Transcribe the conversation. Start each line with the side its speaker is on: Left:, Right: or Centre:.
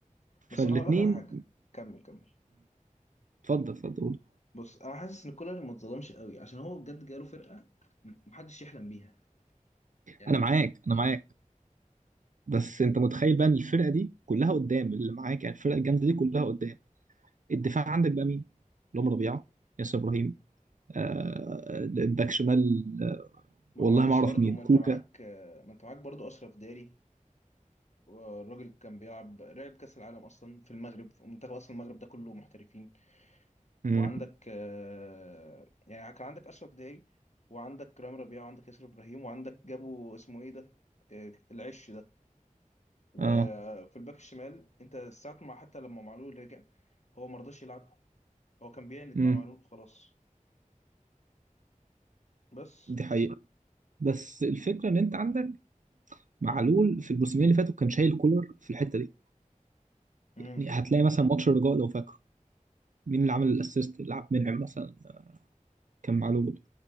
Left: بس
Right: فالاثنين
Left: انا هقول لك على حاجة كمل كمل
Right: اتفضل اتفضل قول.
Left: بص انا حاسس ان كولر ما اتظلمش قوي عشان هو بجد جاله فرقة م- محدش يحلم بيها يعني
Right: انا معاك انا معاك بس انت متخيل بقى ان الفرقه دي كلها قدام اللي معاك يعني الفرقه الجامده دي كلها قدام الدفاع عندك بقى مين؟ اللي هم ربيعه ياسر ابراهيم آه الباك شمال آه
Left: ما
Right: والله
Left: هو معلش
Right: ما اعرف
Left: برضه
Right: مين
Left: ما
Right: كوكا
Left: انت معاك ما انت معاك برضه اشرف داري والراجل كان بيلعب لعب كاس العالم اصلا في المغرب في منتخب اصلا المغرب ده كله محترفين
Right: امم
Left: وعندك آه، يعني كان عندك اشرف داعي وعندك رامي ربيعه وعندك ياسر ابراهيم وعندك جابوا اسمه ايه ده آه، العش ده وفي
Right: اه
Left: الباك الشمال انت ساعة ما حتى لما معلول رجع هو ما رضاش يلعبه هو كان بيعند
Right: امم
Left: مع معلول خلاص بس
Right: دي حقيقة بس الفكرة ان انت عندك معلول في الموسمين اللي فاتوا كان شايل كولر في الحتة دي
Left: امم
Right: يعني هتلاقي مثلا ماتش الرجاء لو فاكره مين اللي عمل الاسيست اللي عبد المنعم مثلا كان معلول